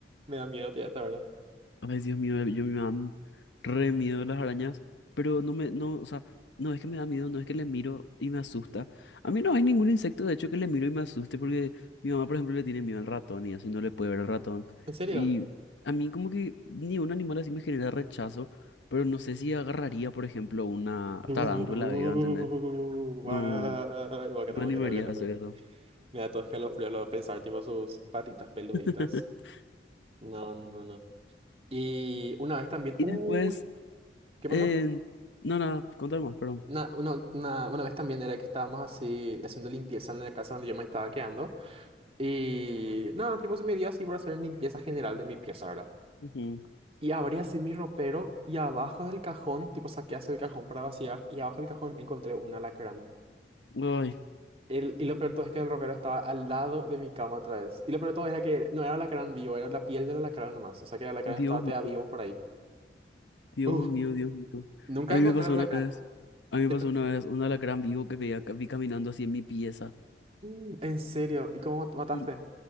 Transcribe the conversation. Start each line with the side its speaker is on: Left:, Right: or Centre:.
Right: me da miedo tía hasta ahora,
Left: Ay, Dios mío, yo me dan re miedo las arañas, pero no me, no, o sea, no es que me da miedo, no es que le miro y me asusta. A mí no hay ningún insecto, de hecho, que le miro y me asuste, porque mi mamá, por ejemplo, le tiene miedo al ratón y así no le puede ver al ratón.
Right: ¿en serio?
Left: Y a mí como que ni un animal así me genera rechazo, pero no sé si agarraría, por ejemplo, una
Right: Uh,
Left: tarántula iba a ¿entender?
Right: guay,
Left: No,
Right: guácala,
Left: no me
Right: guácala,
Left: animaría
Right: guácala.
Left: a hacer eso.
Right: Me da todo escalofrío lo de pensar, tipo sus patitas peluditas.
Left: <laughs>
Right: No, no, no. no. Y una vez también.
Left: Y
Right: Uy,
Left: después,
Right: ¿qué
Left: eh,
Right: pasó?
Left: no, nada, contar más, perdón.
Right: Una, una, una, una vez también era que estábamos así haciendo limpieza en la casa donde yo me estaba quedando. Y nada, tipo se me dio así por hacer limpieza general de mi pieza, ¿verdad?
Left: Ujú.
Right: Y abrí así mi ropero y abajo del cajón, tipo saqué así el cajón para vaciar y abajo del cajón encontré un alacrán.
Left: Ay,
Right: El, y lo peor de todo es que el ropero estaba al lado de mi cama otra vez. Y lo peor de todo era que no era alacrán vivo, era la piel del alacrán nomás. O sea que el alacrán
Left: Dios
Right: estaba todavía
Left: mío.
Right: vivo por ahí.
Left: Dios
Right: Uf,
Left: mío, Dios mío.
Right: nunca
Left: A
Right: encontré
Left: mí me pasó
Right: el alacrán.
Left: una vez, a mí me
Right: ¿Qué
Left: pasó
Right: te-
Left: una vez un alacrán vivo que veía, que vi caminando así en mi pieza.
Right: Mm, ¿En serio? ¿Y cómo mat- mataste?
Left: Y